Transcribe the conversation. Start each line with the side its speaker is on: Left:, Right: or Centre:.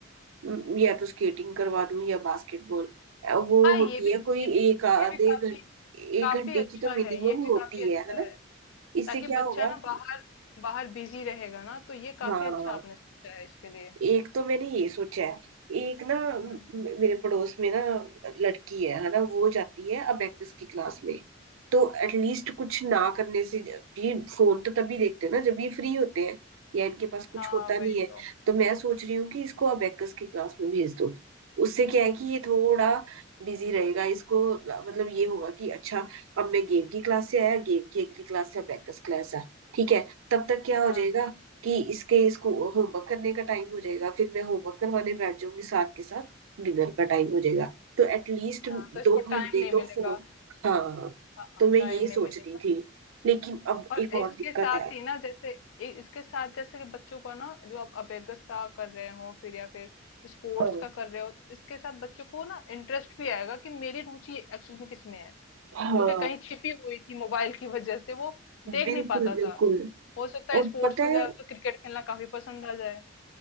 Right: म, या तो स्केटिंग करवा दूं या बास्केटबॉल अ, वो
Left: हाँ, ये
Right: होती
Left: भी
Right: है कोई
Left: ये भी
Right: एक आधे
Left: ये भी काफ़ी
Right: घंटे
Left: काफ़ी
Right: एक घंटे
Left: अच्छा
Right: की तो मिनिमम
Left: है, ये भी काफ़ी
Right: होती
Left: अच्छा
Right: है है ना
Left: है।
Right: इससे
Left: ताकि
Right: क्या
Left: बच्चा
Right: होगा
Left: ना
Right: कि
Left: बाहर बाहर बिजी रहेगा ना तो ये काफी
Right: हाँ
Left: अच्छा आपने सोचा है इसके लिए
Right: एक तो मैंने ये सोचा है एक ना म-
Left: हम्म
Right: म- मेरे पड़ोस में ना लड़की है है ना वो जाती है अबेकस की क्लास में तो एटलीस्ट कुछ ना करने से ज- ये फोन तो तभी देखते हैं ना जब ये फ्री होते हैं या इनके पास कुछ
Left: हाँ
Right: होता नहीं
Left: वही
Right: है
Left: तो
Right: तो मैं सोच रही हूँ कि इसको अबेकस की क्लास में भेज दूँ उससे क्या है कि ये थोड़ा बिजी रहेगा इसको ल- मतलब ये होगा कि अच्छा अब मैं गेम की क्लास से आया गेम की अगली क्लास से अबेकस क्लास है ठीक है तब तक क्या
Left: हाँ
Right: हो जाएगा कि इसके इसको होमवर्क करने का टाइम हो जाएगा फिर मैं होमवर्क करवाने बैठ जाऊंगी साथ के साथ डिनर का टाइम हो जाएगा तो एटलीस्ट
Left: हाँ तो इसको
Right: दो घंटे
Left: टाइम नहीं
Right: तो
Left: मिलेगा
Right: फोन हाँ
Left: हाँ
Right: तो मैं
Left: टाइम
Right: ये
Left: नहीं
Right: सोच
Left: मिलेगा
Right: रही थी लेकिन अब
Left: और
Right: एक और
Left: इसके
Right: दिक्कत
Left: साथ
Right: है
Left: ही ना जैसे इ- इसके साथ जैसे कि बच्चों को ना जो आप अबेगस का कर रहे हो फिर या फिर स्पोर्ट्स
Right: हाँ
Left: का कर रहे हो तो इसके साथ बच्चों को ना इंटरेस्ट भी आएगा कि मेरी रुचि एक्चुअल में किस में है
Right: हाँ
Left: जो कि कहीं छिपी हुई थी मोबाइल की वजह से वो देख
Right: बिल्कुल
Left: नहीं पाता
Right: बिल्कुल
Left: था हो सकता है
Right: और
Left: स्पोर्ट्स
Right: पता
Left: में जाए
Right: है
Left: उसे क्रिकेट खेलना काफी पसंद आ जाए